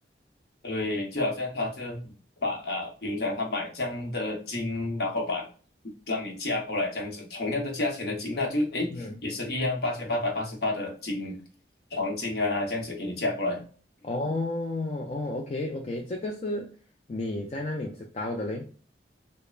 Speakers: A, on the left; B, on the left.
A: 对，就好像他就把啊，比如讲他买这样的金，然后把让你嫁过来这样子，同样的价钱的金，那就诶也是一样八千八百八十八的金
B: 嗯，
A: 黄金啊，这样子给你嫁过来。
B: 哦哦，OK OK，这个是你在那里知道的嘞？